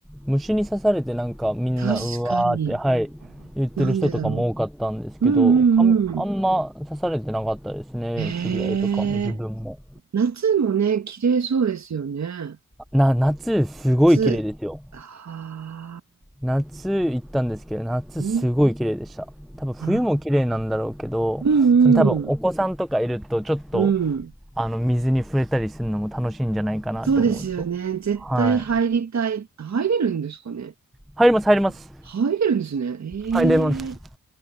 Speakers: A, in the centre; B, on the right.
A: 虫に刺されてなんかみんな、
B: 確かに。
A: うわーって、はい、言ってる人とかも多かったんですけど、
B: なんでだろう。うん
A: かんあんま刺されてなかったですね、
B: うんうん。へ
A: 知り合いとかも自分も。
B: え。夏もね、綺麗そうですよね。
A: な、夏すごい綺麗ですよ。
B: 夏。はあ、
A: 夏行ったんですけど、夏すごい綺麗でした。
B: うん、
A: 多分冬も綺麗なんだろうけど、
B: あうんうん、
A: その多分お子さんとかいるとちょっと、
B: うん。
A: あの水に触れたりするのも楽しいんじゃないかなって思うと。
B: そうですよね。絶対入りたい。
A: はい。
B: 入れるんですかね。
A: 入ります、入ります。
B: あ、入れるんですね。ええ
A: 入れます。